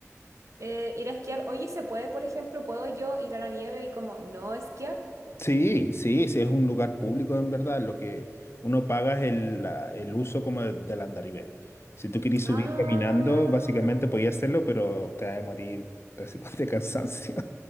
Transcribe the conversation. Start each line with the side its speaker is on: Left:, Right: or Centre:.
Right: eh, ir a esquiar. Oye, ¿se puede, por ejemplo, puedo yo ir a la nieve y como no esquiar?
Left: Sí, sí, sí, es un lugar público en verdad. Lo que uno paga es el, la- el uso como de- del andarivel. Si tú querís
Right: Ah,
Left: subir caminando, básicamente podías hacerlo, pero te vas a morir así <laughs> con de cansancio.